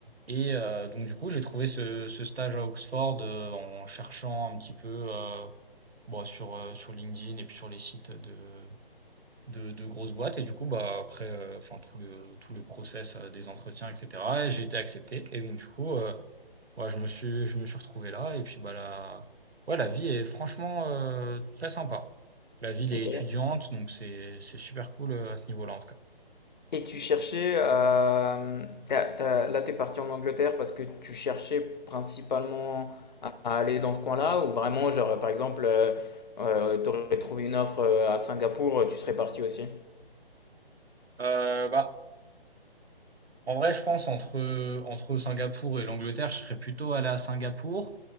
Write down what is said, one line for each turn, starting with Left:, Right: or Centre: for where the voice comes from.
Right: Et euh, donc, du coup, j'ai trouvé ce, ce stage à Oxford euh, en cherchant un petit peu euh, bon, sur, euh, sur LinkedIn et puis sur les sites de, de, de grosses boîtes. Et du coup, bah, après, euh, enfin, tout le, tout le process euh, des entretiens, etc., j'ai été accepté. Et donc, du coup, euh, Ouais, je me suis, je me suis retrouvé là et puis bah la, ouais, la vie est franchement euh, très sympa. La ville
Left: Ok.
Right: est étudiante, donc c'est c'est super cool euh, à ce niveau-là en tout cas.
Left: Et tu cherchais, euh, t'as- t'as- là, t'es parti en Angleterre parce que tu cherchais principalement à, à aller dans ce coin-là, ou vraiment, genre, par exemple, tu aurais trouvé une offre euh, à Singapour, tu serais parti aussi?
Right: Euh, bah en vrai, je pense entre entre Singapour et l'Angleterre, je serais plutôt allé à Singapour.